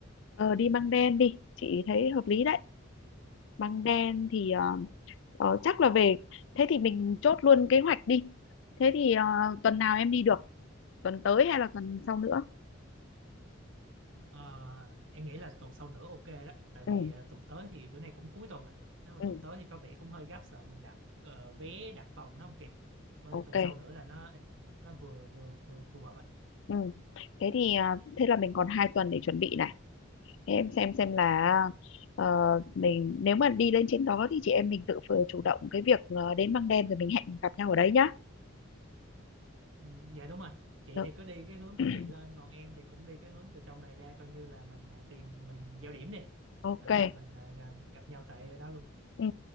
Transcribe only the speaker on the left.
ờ đi Măng Đen đi chị thấy hợp lý đấy Băng đen thì ờ, ờ, chắc là về thế thì mình chốt luôn kế hoạch đi. Thế thì ờ, tuần nào em đi được? Tuần tới hay là tuần sau nữa?
Ừ,
ừ,
ok.
Ừ. Thế thì ờ, thế là mình còn hai tuần để chuẩn bị này. Thế em xem xem là ờ, mình nếu mà đi lên trên đó thì chị em mình tự vừa chủ động cái việc ờ, đến Băng đen rồi mình hẹn gặp nhau ở đấy nhá.
Được.
<clears throat>
Ok.
Ừ.